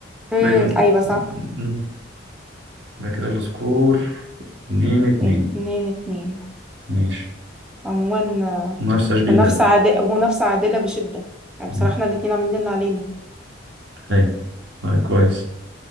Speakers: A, in the centre; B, on the right.
A: امم
B: دايما
A: أيوة صح
B: مم. يبقى كده السكور اتنين اتنين
A: اتنين اتنين
B: ماشي
A: عموما آه،
B: منافسه شديده
A: منافسة عادلة منافسة عادلة بشدة يعني بصراحة
B: اي
A: احنا الاتنين عاملين اللي علينا
B: اي طيب كويس